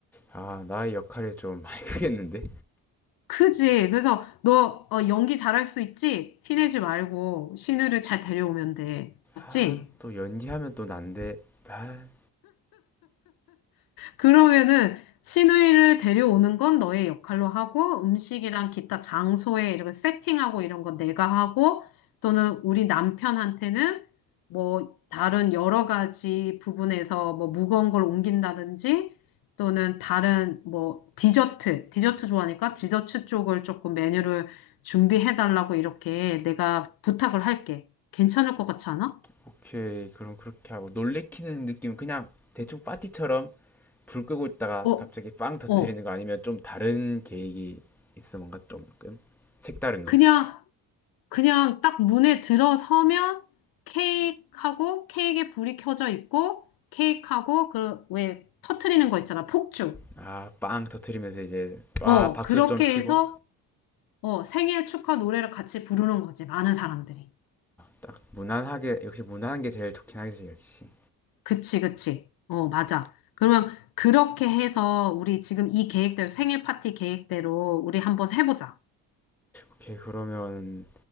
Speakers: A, in the centre; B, on the left.
A: 아, 나의 역할이 좀 많이 <laughs> 크겠는데?
B: 크지. 그래서 너 어, 연기 잘할 수 있지? 티내지 말고 신우를 잘 데려오면 돼. 맞지?
A: 아, 또 연기하면 또 난데. 아,
B: 그러면은 시누이를 데려오는 건 너의 역할로 하고 음식이랑 기타 장소에 이렇게 세팅하고 이런 건 내가 하고 또는 우리 남편한테는 뭐 다른 여러 가지 부분에서 뭐 무거운 걸 옮긴다든지 또는 다른 뭐 디저트, 디저트 좋아하니까 디저트 쪽을 조금 메뉴를 준비해 달라고 이렇게 내가 부탁을 할게. 괜찮을 것 같지 않아?
A: 오케이. 그럼 그렇게 하고. 놀래키는 느낌, 그냥 대충 파티처럼 불 끄고 있다가
B: 어,
A: 갑자기 빵 터트리는
B: 어.
A: 거 아니면 좀 다른 계획이 있어 뭔가 조금 색다른 거?
B: 그냥 그냥 딱 문에 들어서면 케이크하고 케이크에 불이 켜져 있고 케이크하고 그 왜 터트리는 거 있잖아. 폭죽.
A: 아, 빵 터트리면서 이제 와
B: 어,
A: 박수
B: 그렇게
A: 좀 치고
B: 해서 어, 생일 축하 노래를 같이 부르는 거지. 많은 사람들이.
A: 딱 무난하게 역시 무난한 게 제일 좋긴 하겠지 역시.
B: 그치, 그치. 어, 맞아. 그러면 그렇게 해서 우리 지금 이 계획대로 생일 파티 계획대로 우리 한번 해보자.
A: 오케이 그러면